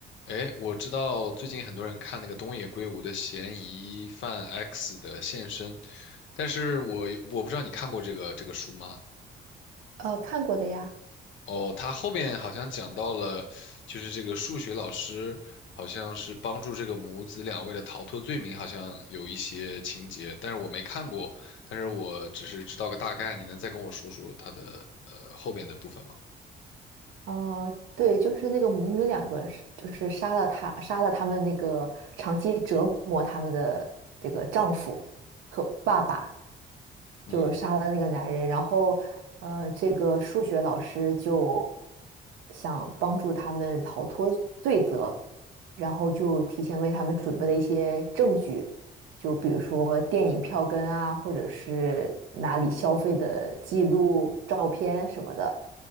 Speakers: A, on the left; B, on the right.
A: 哎，我知道最近很多人看那个东野圭吾的《嫌疑犯 X 的现身》，但是我有我不知道你看过这个这个书吗？
B: 呃，看过的呀，
A: 哦，他后面好像讲到了，就是这个数学老师好像是帮助这个母子两位的逃脱罪名，好像有一些情节，但是我没看过，但是我只是知道个大概，你能再跟我说说他的呃后边的部分吗？
B: 呃，对，就是那个母女两个是，就是杀了他，杀了他们那个长期折磨他们的这个丈夫和爸爸，
A: 嗯。
B: 就杀了那个男人，然后呃，这个数学老师就想帮助他们逃脱罪责，然后就提前为他们准备了一些证据，就比如说电影票根啊，或者是哪里消费的记录、照片什么的。